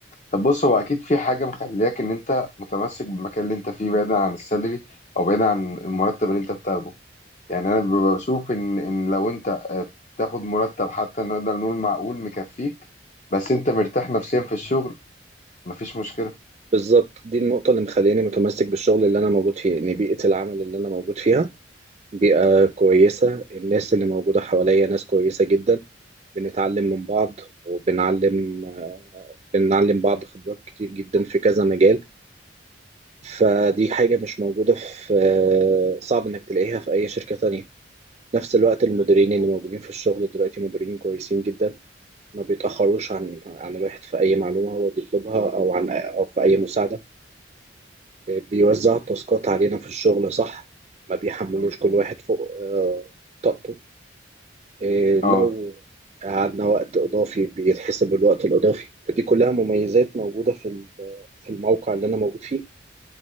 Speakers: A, on the left; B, on the right.
A: طب بص هو اكيد في حاجة مخلياك ان انت متمسك بالمكان اللي انت فيه بعيدا عن السالري او بعيدا عن المرتب اللي انت بتاخده يعني انا ببقى بشوف ان ان لو انت آه، بتاخد مرتب حتى نقدر نقول معقول مكفيك بس انت مرتاح نفسيا في الشغل مفيش مشكلة
B: بالظبط دي النقطة اللي مخلياني متمسك بالشغل اللي أنا موجود فيه إن بيئة العمل اللي أنا موجود فيها بيئة كويسة الناس اللي موجودة حواليا ناس كويسة جدا بنتعلم من بعض وبنعلم بنعلم بعض خبرات كتير جدا في كذا مجال فدي حاجة مش موجودة في صعب إنك تلاقيها في أي شركة تانية نفس الوقت المديرين اللي موجودين في الشغل دلوقتي مديرين كويسين جدا ما بيتأخروش عن عن الواحد في أي معلومة هو بيطلبها أو عن أو في أي مساعدة آه، بيوزع التاسكات علينا في الشغل صح ما بيحملوش كل واحد فوق آه، طاقته آه، لو
A: اه
B: قعدنا وقت إضافي بيتحسب الوقت الإضافي فدي كلها مميزات موجودة في ال- في الموقع اللي أنا موجود فيه